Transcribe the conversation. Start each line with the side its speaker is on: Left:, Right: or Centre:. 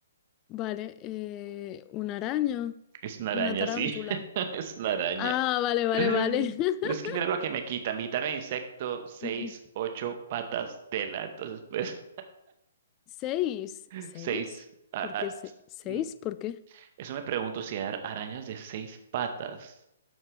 Left: Vale, eh, una araña,
Right: Es una araña,
Left: una tarántula.
Right: sí, <laughs> es una araña.
Left: Ah, vale, vale,
Right: Pero
Left: vale. <laughs>
Right: es que mira lo que me quitan. Me quitaron insecto, seis,
Left: Ujú.
Right: ocho patas, tela. Entonces, pues,
Left: Seis,
Right: <laughs>
Left: ¿seis?
Right: seis. a-
Left: ¿Por
Right: a-
Left: qué se- seis?
Right: mm,
Left: ¿Por qué?
Right: eso me pregunto si hay arañas de seis patas.